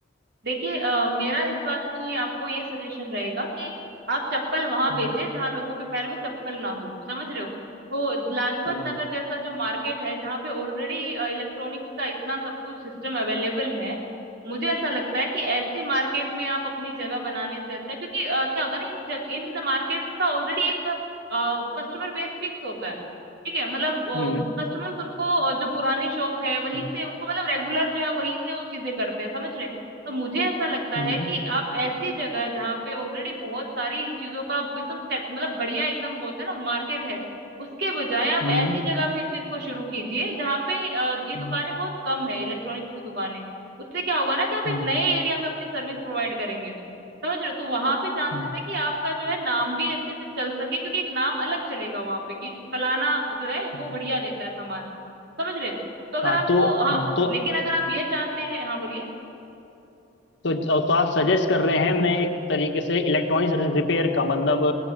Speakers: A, on the right (about 60°); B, on the left (about 65°).
A: देखिए अ, मेरा इस बात में आपको ये सजेशन रहेगा कि आप चप्पल वहां
B: हम्म
A: बेचे जहां लोगों के पैर में चप्पल ना हो समझ रहे हो तो लाजपत
B: हम्म
A: नगर जैसा जो मार्केट है जहाँ पे ऑलरेडी इलेक्ट्रॉनिक्स का इतना सब कुछ सिस्टम अवेलेबल है मुझे ऐसा लगता है कि ऐसी मार्केट में आप अपनी जगह बनाने से अच्छा है क्योंकि अ, क्या होता है ना इन जग, इन मार्केट का ऑलरेडी एक कस्टमर बेस फिक्स होता है ठीक है मतलब
B: हम्म
A: कस्टमर्स उनको अ, जो पुरानी शॉप है वहीं
B: हम्म
A: से उनको मतलब रेगुलर जो है वहीं से वो चीजें करते हैं समझ रहे हैं तो मुझे ऐसा लगता
B: हम्म
A: है
B: हम्म
A: कि आप ऐसी जगह जहाँ पे ऑलरेडी बहुत सारी इन चीजों का एकदम set- मतलब बढ़िया एकदम बोलते हैं ना मार्केट है उसके बजाय आप
B: हम्म
A: ऐसी जगह पे इस चीज को शुरू कीजिए जहाँ पे अ, ये दुकानें
B: हम्म,
A: बहुत कम है इलेक्ट्रॉनिक्स की दुकानें उससे क्या होगा ना कि आप
B: हम्म,
A: एक नए एरिया में अपनी सर्विस प्रोवाइड करेंगे समझ रहे हो तो वहां पे चांसेस
B: हम्म,
A: है कि आपका जो है नाम भी अच्छे से चल सके क्योंकि एक नाम अलग चलेगा वहां पे कि फलाना जो है वो
B: हम्म।
A: बढ़िया देता है सामान समझ रहे हैं तो अगर
B: हाँ
A: आपको
B: तो
A: हाँ
B: हम्म, तो
A: लेकिन अगर आप ये चाहते हैं हाँ बोलिए
B: तो तो आप सजेस्ट कर रहे हैं मैं एक तरीके से इलेक्ट्रॉनिक्स रिपेयर का मतलब